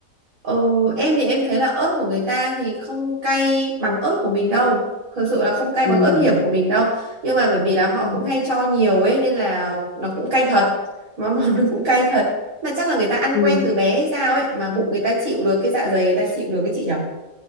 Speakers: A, on the right; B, on the left.
A: Ờ, em thì em thấy là ớt của người ta thì không cay bằng ớt của mình đâu. Thực sự là không cay
B: ừ.
A: bằng ớt hiểm của mình đâu. Nhưng mà bởi vì là họ
B: Ừ.
A: cũng hay cho nhiều ấy nên là nó cũng cay thật. Mà <laughs> món nó cũng cay thật. Mà chắc là người ta ăn
B: Ừ.
A: quen từ bé hay sao ấy mà bụng người ta chịu được cái dạ dày người ta chịu được cái chị nhở